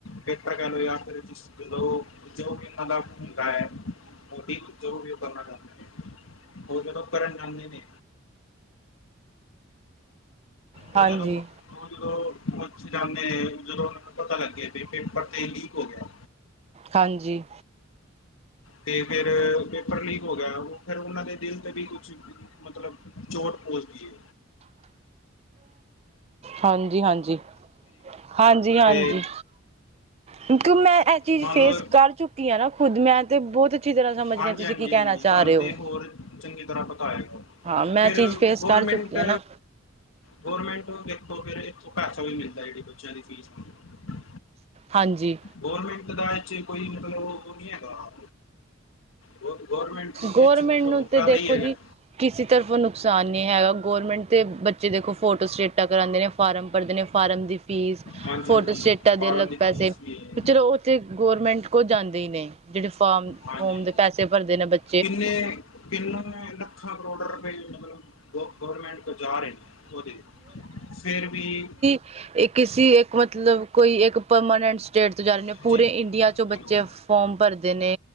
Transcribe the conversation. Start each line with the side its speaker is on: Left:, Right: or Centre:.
Left: ਪੇਪਰ ਕਹਿ ਲਓ ਜਾਂ ਫਿਰ ਅੋ ਜੋ ਵੀ ਇਹਨਾਂ ਦਾ ਹੁੰਦਾ ਐ। ਮੋਟੀਵ ਜੋ ਵੀ ਉਹ ਕਰਨਾ ਚਾਹੁੰਦੇ ਨੇ ਹੋਰ ਜਦ ਉਹ ਕਰਨ ਜਾਂਦੇ ਨੇ।
Right: ਹਾਂਜੀ
Left: ਉਹ ਜਦੋਂ ਓਹ ਜਦੋਂ। ਪਹੁੰਚ ਜਾਦੇ ਜਦੋਂ ਉਹਨਾਂ ਨੂੰ ਪਤਾ ਲੱਗ ਗਿਆ ਬੀ ਪੇਪਰ ਤੇ ਲੀਕ ਹੋ ਗਿਆ।
Right: ਹਾਂਜੀ।
Left: ਤੇ ਫੇਰ ਪੇਪਰ ਲੀਕ ਹੋ ਗਿਆ ਫੇਰ ਉਹਨਾਂ ਦੇ ਦਿਲ ਤੇ ਵੀ ਕੁਛ। ਮਤਲਬ ਚੋਟ ਪਹੁੰਚਦੀ ਏ।
Right: ਹਾਂਜੀ-ਹਾਂਜੀ ਹਾਂਜੀ-ਹਾਂਜੀ।
Left: ਤੇ
Right: ਕਿਉਂਕਿ ਮੈਂ ਐਹ ਚੀਜ਼
Left: ਮੰਨ
Right: ਫੇਸ
Left: ਲਓ
Right: ਕਰ ਚੁੱਕੀ ਹਾਂ ਨਾ ਖੁਦ ਮੈਂ ਤੇ ਬਹੁਤ। ਅੱਛੀ ਤਰ੍ਹਾਂ ਸਮਝਦੀ
Left: ਹਾਂਜੀ
Right: ਆ ਤੁਸੀਂ
Left: ਹਾਂਜੀ
Right: ਕੀ ਕਹਿਣਾ
Left: ਹਾਂਜੀ
Right: ਚਾ
Left: ਤੁਹਾਨੂੰ
Right: ਰਹੇ
Left: ਤੇ
Right: ਓ।
Left: ਹੋਰ ਚੰਗੀ ਤਰ੍ਹਾਂ ਪਤਾ ਹੋਏਗਾ
Right: ਮੈਂ
Left: ਫੇਰ
Right: ਚੀਜ਼ ਫੇਸ
Left: ਗੌਰਮੈਂਟ।
Right: ਕਰ ਚੁੱਕੀ ਹਾਂ ਨਾ
Left: ਗੌਰਮੈਂਟ ਨੂੰ ਦੇਖੋ ਫੇਰ ਇਥੋਂ ਪੈਸਾ ਵੀ ਮਿਲਦਾ ਜਿਹੜੀ ਬੱਚਿਆਂ ਦੀ ਫੀਸ ਨੂੰ।
Right: ਹਾਂਜੀ।
Left: ਗੌਰਮੈਂਟ ਦਾ ਇਥੇ ਕੋਈ ਮਤਲਬ ਉਹ ਨੀ ਹੈਗਾ। ਗੌ ਗੌਰਮੈਂਟ ਵਿੱਚ
Right: ਗੌਰਮੈਂਟ
Left: ਸਗੋਂ
Right: ਨੂੰ ਤੇ
Left: ਫਾਇਦਾ ਹੀ
Right: ਦੇਖੋ
Left: ਹੈਗਾ
Right: ਜੀ। ਕਿਸੀ ਤਰਫੋਂ ਨੁਕਸਾਨ ਨੀ ਹੈਗਾ ਗੌਰਮੈਂਟ ਤੇ ਬੱਚੇ ਦੇਖੋ ਫੋਟੋ-ਸਟੇਟਾਂ ਕਰਾਦੇ ਨੇ। ਫਾਰਮ ਭਰਦੇ ਨੇ ਫਾਰਮ ਦੀ ਫੀਸ
Left: ਹਾਂਜੀ
Right: ਫੋਟੋ-ਸਟੇਟਾਂ
Left: ਹਾਂਜੀ ਫਾਰਮ
Right: ਦੇ ਅਲੱਗ
Left: ਦੀ
Right: ਪੈਸੇ
Left: ਫੀਸ ਵੀ ਹੈ
Right: ਚਲੋ ਉ। ਤੇ ਗੌਰਮੈਂਟ ਕੋਲ ਜਾਂਦੇ ਹੀ ਨੇ ਜਿਹੜੇ ਫਾਰਮ
Left: ਹਾਂਜੀ
Right: ਫੋਮ
Left: ਹਾਂਜੀ
Right: ਦੇ ਪੈਸੇ ਭਰਦੇ ਨੇ ਬੱਚੇ।
Left: ਕਿੰਨੇ ਕਿੰਨੂ ਲੱਖਾ-ਕਰੋਡਾ ਰੁਪ‌ਏ। ਮਤਲਬ ਗੌਰਮੈਂਟ ਕੋਲ ਜਾ ਰਹੇ ਨੇ ਉਹਦੇ ਫੇਰ ਵੀ।
Right: ਇੱਕ ਕਿਸੀ ਇੱਕ ਮਤਲਬ ਕੋਈ ਇੱਕ ਪਰਮਾਨੈਂਟ ਸਟੇਟ ਤੋਂ ਜਾ ਰਹੇ ਨੇ
Left: ਹਾਂਜੀ
Right: ਪੂਰੇ ਇੰਡੀਆ ਚੋਂ ਬੱਚੇ
Left: ਹੈਲੋ
Right: ਫੋਮ ਭਰਦੇ ਨੇ।